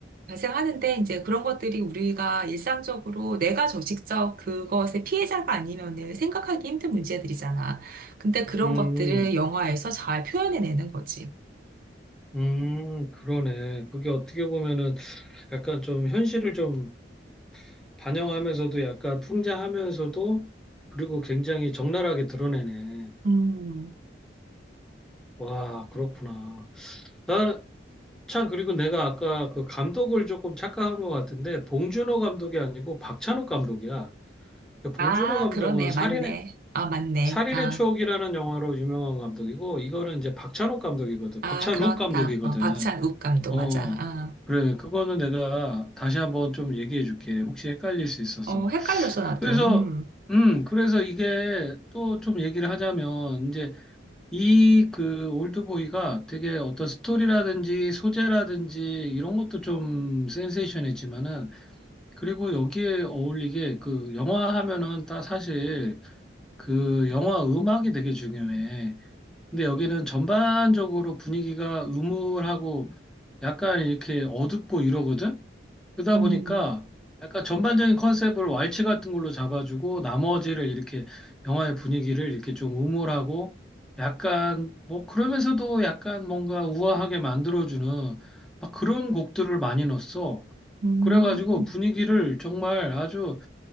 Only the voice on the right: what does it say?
발생하는데 이제 그런 것들이 우리가 일상적으로 내가 저 직접 그것의 피해자가 아니면은 생각하기 힘든 문제들이잖아. 근데 그런
것들을 영화에서 잘 표현해내는 거지.
음.
아,
그러네.
맞네. 아, 맞네.
아,
아,
그렇다.
어, 박찬욱 감독
맞아. 아,
어, 헷갈렸어, 나도.
음.
음.
음.